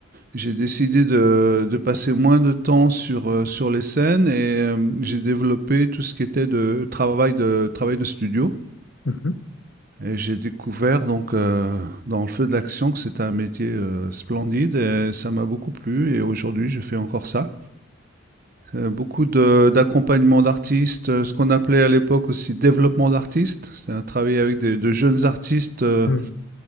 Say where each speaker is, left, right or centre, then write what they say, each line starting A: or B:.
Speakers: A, on the right; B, on the left.
A: j'ai décidé de, de passer moins de temps sur, euh, sur les scènes et euh, j'ai développé tout ce qui était de travail de, travail de studio.
B: hmm, mhm,
A: Et j'ai découvert donc euh, dans le feu de l'action que c'était un métier euh, splendide et ça m'a beaucoup plu et aujourd'hui je fais encore ça. Euh, beaucoup de- d'accompagnement d'artistes, euh, ce qu'on appelait à l'époque aussi développement d'artistes, c'est-à-dire travailler avec des, de jeunes artistes euh,
B: hmm.